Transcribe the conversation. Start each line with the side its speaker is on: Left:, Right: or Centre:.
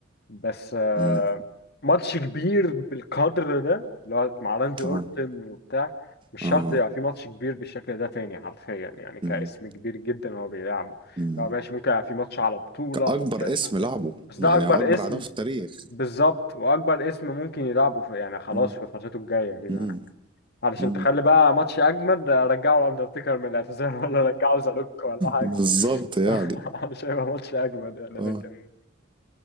Left: بس آه،
Right: مم.
Left: ماتش كبير بالقدر ده اللي هو مع راندي اورتن
Right: اه
Left: وبتاع مش
Right: اه
Left: شرط يبقى في ماتش كبير بالشكل ده تاني حرفيا يعني كاسم
Right: مم.
Left: كبير جدا هو بيلعبه
Right: مم.
Left: لو ماشي ممكن يبقى في ماتش على بطولة
Right: كأكبر
Left: ممكن مش
Right: اسم
Left: عارف
Right: لعبه
Left: ايه بس
Right: يعني
Left: ده اكبر
Right: أكبر
Left: اسم
Right: عداوة في التاريخ
Left: بالظبط واكبر اسم ممكن يلعبه في يعني خلاص
Right: مم.
Left: في فترته الجايه كده
Right: مم.
Left: علشان
Right: مم.
Left: تخلي بقى ماتش اجمد رجعوا الاندرتيكر من الاعتزال <laughs> ولا رجعوا زالوك ولا حاجه
Right: <laughs> بالظبط يعني
Left: <laughs> مش هيبقى ماتش اجمد يعني
Right: اه
Left: لكن